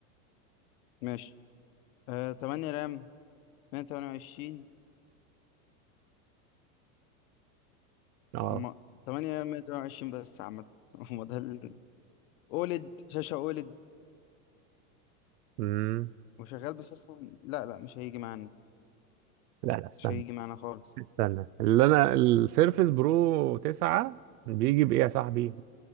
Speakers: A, on the left; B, on the right.
A: ماشي آه 8 رام 128
B: اه
A: هما 8 رام 128 بس عامة <laughs> هما ده ال أولد شاشة أولد
B: امم
A: وشغال بسيستم لا لا مش هيجي معانا
B: لا لا استنى
A: مش هيجي معانا خالص
B: استنى اللي انا السيرفس برو 9 بيجي بايه يا صاحبي